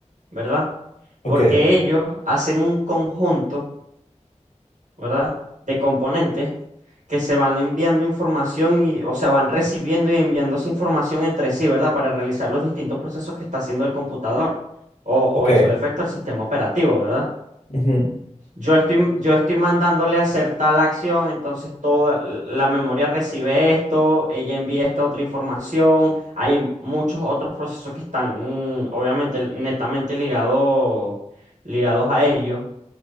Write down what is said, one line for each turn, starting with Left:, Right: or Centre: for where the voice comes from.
Right: ¿verdad?
Left: Ok,
Right: Porque ellos hacen un conjunto, ¿verdad? De componentes que se van enviando información y, o sea, van recibiendo y enviándose información entre sí, ¿verdad? Para realizar los distintos procesos que está haciendo el computador o, o
Left: ok.
Right: en su defecto el sistema operativo, ¿verdad?
Left: Ujú,
Right: Yo estoy, yo estoy mandándole a hacer tal acción, entonces toda la memoria recibe esto, ella envía esta otra información. Hay muchos otros procesos que están, mm, obviamente, netamente ligados, ligados a ello,